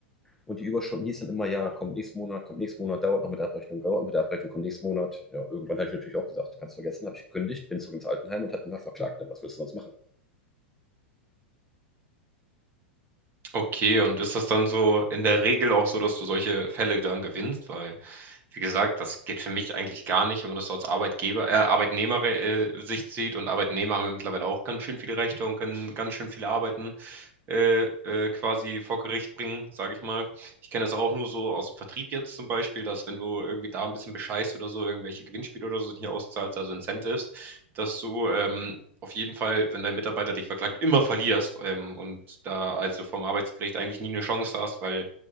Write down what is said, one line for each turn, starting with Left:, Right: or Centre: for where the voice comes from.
Centre: Und die Überstunden hießen immer, ja, kommt nächsten Monat, kommt nächsten Monat, dauert noch mit der Abrechnung, dauert mit der Abrechnung, kommt nächsten Monat. Ja, irgendwann habe ich natürlich auch gesagt, kannst vergessen, habe ich gekündigt, bin zurück ins Altenheim und hatte ihn da verklagt. Was willst du sonst machen?
Right: Okay, und ist das dann so in der Regel auch so, dass du solche Fälle dann gewinnst? Weil, wie gesagt, das geht für mich eigentlich gar nicht, wenn man das so als Arbeitgeber, äh, Arbeitnehmer, äh, Sicht sieht. Und Arbeitnehmer haben ja mittlerweile auch ganz schön viele Rechte und können ganz schön viele Arbeiten äh, äh, quasi vor Gericht bringen, sage ich mal. Ich kenne das auch nur so aus dem Vertrieb jetzt zum Beispiel, dass wenn du irgendwie da ein bisschen bescheißt oder so, irgendwelche Gewinnspiele oder so hier auszahlst, also Incentives, dass du ähm, auf jeden Fall, wenn dein Mitarbeiter dich verklagt, immer verlierst ähm, und da also vom Arbeitsgericht eigentlich nie eine Chance hast, weil